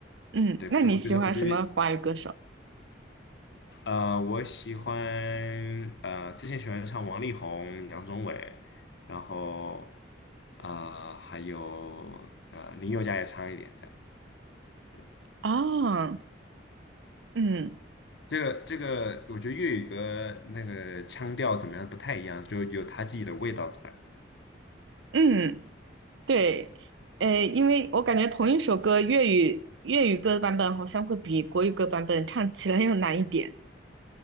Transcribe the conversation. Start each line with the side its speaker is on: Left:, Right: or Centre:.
Right: 嗯，
Left: 对，
Right: 那你喜欢什么华语歌手？
Left: 不错，我觉得我觉得呃，我喜欢呃，之前喜欢唱王力宏、杨宗纬，然后啊还有呃，林宥嘉也唱一点的。对，
Right: 哦，嗯
Left: 这个这个，我觉得粤语歌那个腔调怎么样不太一样，就有他自己的味道在。
Right: 嗯。对，呃，因为我感觉同一首歌粤语粤语歌版本好像会比国语歌版本唱起来 <laughs> 要难一点。